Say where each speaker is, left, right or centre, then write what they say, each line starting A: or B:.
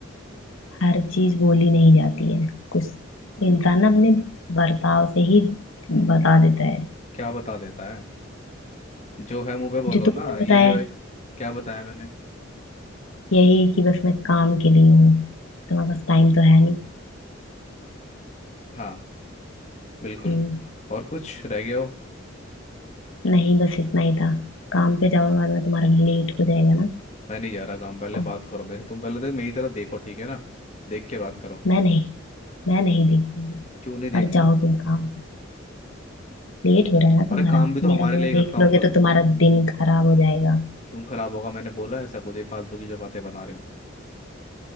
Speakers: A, on the left; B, on the left.
A: हर चीज बोली नहीं जाती है कुछ इंसान ना अपने बर्ताव से ही बता देता है
B: क्या बता देता है जो है मुंह पे बोलो
A: जो तुमने
B: ना ये
A: बताया
B: जो है क्या बताया मैंने
A: यही कि बस मैं काम के लिए हूँ तुम्हारे पास टाइम तो है नहीं
B: हाँ बिल्कुल
A: हम्म
B: और कुछ रह गया हो
A: नहीं बस इतना ही था काम पे जाओ वरना तुम्हारा लेट हो जाएगा ना
B: मैं नहीं जा रहा काम पहले
A: ओ,
B: बात करो मेरे से तुम पहले तक मेरी तरफ देखो ठीक है ना देख के बात करो
A: मैं नहीं मैं नहीं देखूंगी
B: क्यों नहीं देखना
A: और जाओ तुम काम लेट हो रहा है ना तुम्हारा
B: अरे काम भी तो
A: मेरा
B: हमारे
A: मुंह
B: लिए ही
A: देख
B: करता हो
A: लोगे
B: ना
A: तो तुम्हारा दिन खराब हो जाएगा
B: क्यों खराब होगा मैंने बोला ऐसा कुछ ये फालतू की जो बातें बना रहे हो